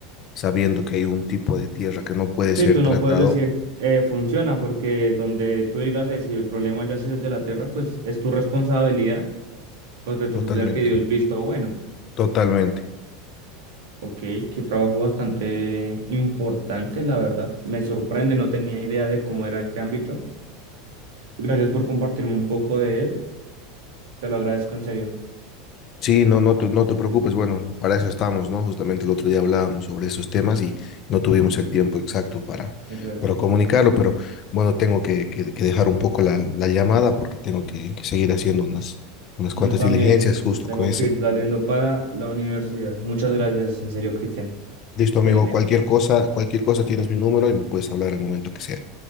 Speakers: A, on the left; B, on the right.
A: sabiendo que hay un tipo de tierra que no puede
B: Sí,
A: ser
B: tú
A: tratado
B: no puedes decir eh, funciona porque donde tú digas eso y el problema ya ha sido desde la tierra, pues es tu responsabilidad porque tú
A: totalmente,
B: fuiste el que dio el visto bueno.
A: totalmente.
B: Ok, qué trabajo bastante importante, la verdad. Me sorprende, no tenía idea de cómo era este ámbito. Gracias por compartirme un poco de él. Te lo agradezco en serio.
A: Sí, no, no te, no te preocupes. Bueno, para eso estamos, ¿no? Justamente el otro día hablábamos sobre esos temas y no tuvimos el tiempo exacto para,
B: Exacto.
A: para comunicarlo, pero bueno, tengo que, que- que dejar un poco la, la llamada porque tengo que, que seguir haciendo unas, unas cuantas
B: Yo también,
A: diligencias justo
B: yo tengo
A: con ese.
B: que ir saliendo para la universidad. Muchas gracias, en serio, Cristian.
A: Listo, amigo,
B: Feliz día.
A: cualquier cosa, cualquier cosa tienes mi número y me puedes hablar al momento que sea.